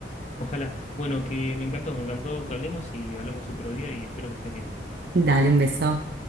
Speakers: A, on the left (about 40°); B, on the right (about 60°).
A: ojalá. Bueno, que me encantó, me encantó que hablemos y hablamos otro día y espero que estés bien.
B: Dale un beso.